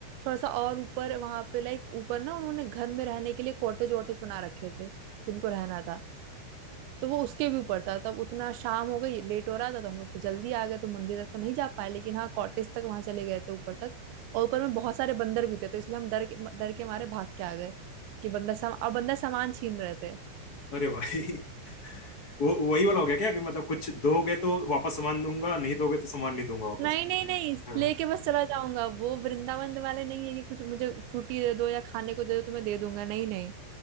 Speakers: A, on the right; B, on the left.
A: थोड़ा सा और ऊपर वहां पे लाइक ऊपर ना उन्होंने घर में रहने के लिए कॉटेज वॉटेज बना रखे थे जिनको रहना था तो वो उसके भी ऊपर था तब उतना शाम हो गई लेट हो रहा था तो हम लोग तो जल्दी आ गए तो मंदिर तक तो नहीं जा पाए लेकिन हाँ कॉटेज तक वहां चले गए थे ऊपर तक और ऊपर में बहुत सारे बंदर भी थे तो इसलिए हम डर के डर के मारे भाग के आ गए कि बंदर सम और बंदर सामान छीन रहे थे
B: अरे भाई <laughs> वो वही वाला हो गया क्या कि मतलब कुछ दोगे तो वापस सामान दूंगा नहीं दोगे तो सामान नहीं दूंगा वापस
A: नहीं नहीं नहीं
B: हाँ
A: लेके बस चला जाऊंगा वो वृंदावन वाले नहीं है कि कुछ मुझे फ्रूटी दे दो या खाने को दे दो तो मैं दे दूंगा नहीं नहीं